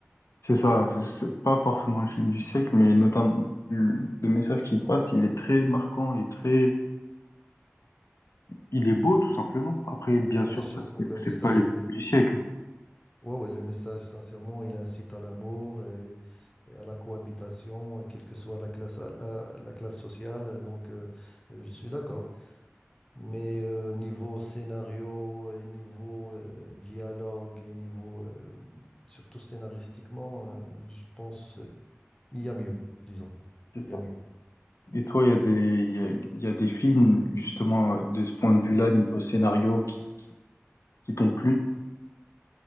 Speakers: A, on the left; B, on the left.
A: C'est ça, c'est c'est pas forcément le film du siècle, mais notamment le le message qui passe, il est très marquant et très, il est beau tout simplement. Après, bien
B: Ah,
A: sûr,
B: bien sûr,
A: ça c'est
B: pour le
A: c'est
B: message,
A: pas le
B: il est...
A: film du siècle.
B: ouais, ouais, le message, sincèrement, il incite à l'amour et à la cohabitation, quelle que soit la classe, à- à la classe sociale. Donc, euh, euh, je suis d'accord. Mais euh, niveau scénario, et niveau euh, dialogue, et niveau, euh, surtout scénaristiquement, euh, je pense qu'il y a mieux, disons.
A: C'est
B: Il
A: ça.
B: y a mieux.
A: Et toi, il y a des il y a, il y a des films justement euh, de ce point de vue-là, niveau scénario, qui qui t'ont plu?